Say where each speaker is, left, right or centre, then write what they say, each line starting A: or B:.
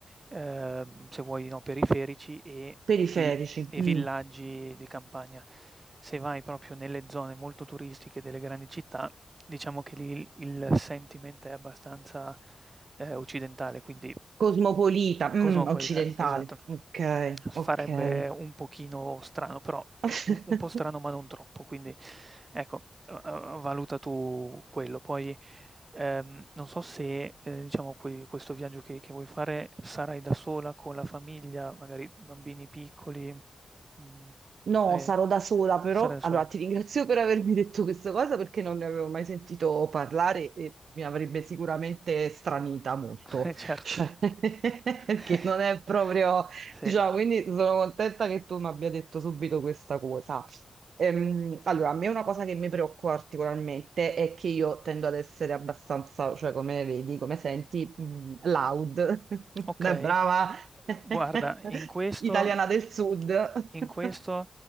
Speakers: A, on the right; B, on the right.
A: ehm, se vuoi, no, periferici e
B: periferici,
A: vil e villaggi
B: mm.
A: di campagna. Se vai proprio nelle zone molto turistiche delle grandi città, diciamo che lì il il sentiment è abbastanza, ehm, occidentale, quindi
B: Cosmopolita, mm,
A: Cosmopolita,
B: Occidentale,
A: esatto.
B: ok,
A: Farebbe
B: ok.
A: un pochino strano, però
B: <laughs>
A: un un po' strano ma non troppo, quindi ecco, uhm, uhm, valuta tu quello. Poi, ehm, non so se, ehm, diciamo que questo viaggio che che vuoi fare sarai da sola, con la famiglia, magari bambini piccoli, mhmm,
B: No,
A: eh,
B: sarò da sola, però
A: sarai da
B: allora
A: sola,
B: ti ringrazio per avermi detto questa cosa perché non ne avevo mai sentito parlare e mi avrebbe sicuramente stranita molto,
A: <laughs> eh certo.
B: cioè, <laughs> perché
A: <laughs>
B: non è proprio, diciamo,
A: Sì.
B: quindi sono contenta che tu mi abbia detto subito questa cosa. Ehm, allora, a me una cosa che mi preoccupa particolarmente è che io tendo ad essere abbastanza, cioè come vedi, come senti, mh, loud, <laughs>
A: Okay.
B: da brava <laughs>
A: Guarda, in questo
B: italiana del sud. <laughs>
A: in questo